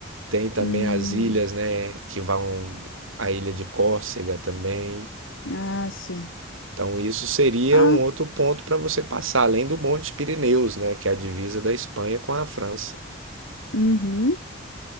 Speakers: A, on the right; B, on the left.
A: Tem também
B: Hum,
A: as ilhas, né, que vão a ilha de Córcega também.
B: ah, sim.
A: Então isso seria
B: Ah,
A: um outro ponto para você passar, além do Monte Pirineus, né, que é a divisa da Espanha com a França.
B: uhum.